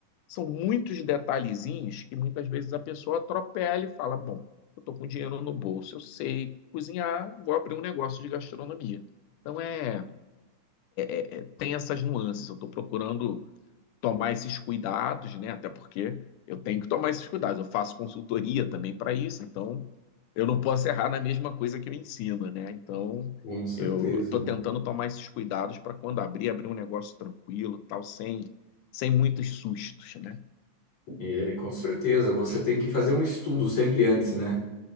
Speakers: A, on the left; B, on the left.
A: são muitos detalhezinhos que muitas vezes a pessoa atropela e fala: Bom, eu estou com dinheiro no bolso, eu sei cozinhar, vou abrir um negócio de gastronomia. Então é, é, tem essas nuances. Eu estou procurando tomar esses cuidados, né? Até porque eu tenho que tomar esses cuidados. Eu faço consultoria também para isso, então eu não posso errar na mesma coisa que eu ensino, né? Então
B: Com certeza.
A: eu estou
B: né?
A: tentando tomar esses cuidados para quando abrir, abrir um negócio tranquilo, tal, sem, sem muitos sustos, né?
B: E é, com certeza, você tem que fazer um estudo sempre antes, né?